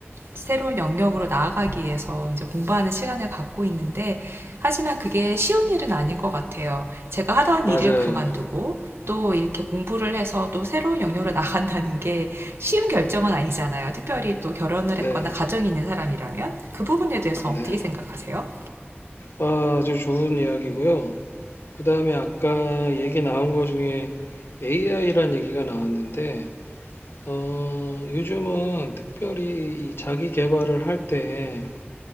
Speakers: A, on the right; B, on the left.
A: 새로운 영역으로 나아가기 위해서 이제 공부하는 시간을 갖고 있는데 하지만 그게 쉬운 일은 아닌 것 같아요. 제가 하던
B: 맞아요.
A: 일을 그만두고 또 이렇게 공부를 해서 또 새로운 영역으로 나간다는 게 쉬운 결정은 아니잖아요. 특별히 또 결혼을
B: 네,
A: 했거나 가정이 있는 사람이라면 그 부분에 대해서
B: 네.
A: 어떻게 생각하세요?
B: 아, 주 좋은 이야기고요. 그 다음에 아까 얘기 나온 거 중에 AI란 얘기가 나왔는데 어, 요즘은 특별히 이 자기 개발을 할 때